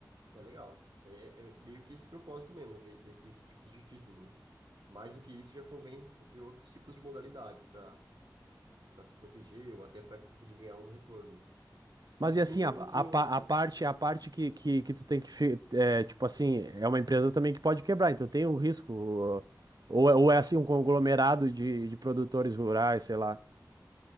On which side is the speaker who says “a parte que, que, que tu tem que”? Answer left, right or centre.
Right